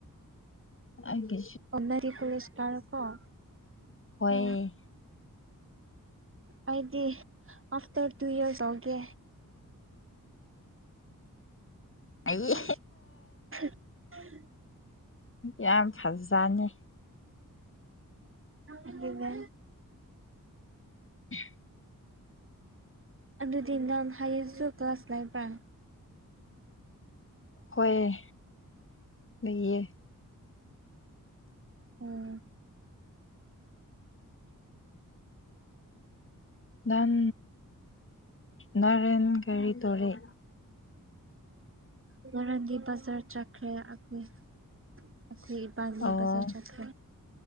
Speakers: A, on the left (about 35°); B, on the right (about 40°).
A: ꯑꯩꯒꯤ
B: <unintelligible> ꯑꯣ
A: ꯍꯣꯏ
B: ꯑꯩꯗꯤ ꯑꯐꯇꯔ ꯇꯨ ꯌꯔꯁ ꯇꯧꯒꯦ
A: ꯑꯩ
B: <unintelligible>
A: ꯌꯥꯝ ꯐꯖꯅꯤ
B: ꯑꯗꯨꯅ
A: <inaudible>
B: ꯑꯗꯨꯗꯤ ꯅꯪ ꯍꯥꯏꯌꯦꯡꯁꯨ ꯀ꯭ꯂꯥꯁ ꯂꯩꯕ꯭ꯔꯥ
A: ꯍꯣꯏ ꯂꯩꯌꯦ
B: ꯎꯝ
A: ꯅꯟ ꯅꯔꯦꯟ ꯀꯔꯤ ꯇꯣꯔꯤ
B: ꯉꯔꯥꯡꯒꯤ ꯕꯖꯥꯔ ꯆꯠꯈ꯭ꯔꯦ ꯑꯏ ꯑꯩꯈꯣꯏ ꯏꯄꯥꯗꯤ
A: ꯑꯣ
B: ꯕꯥꯖꯥꯔ ꯆꯠꯈ꯭ꯔꯦ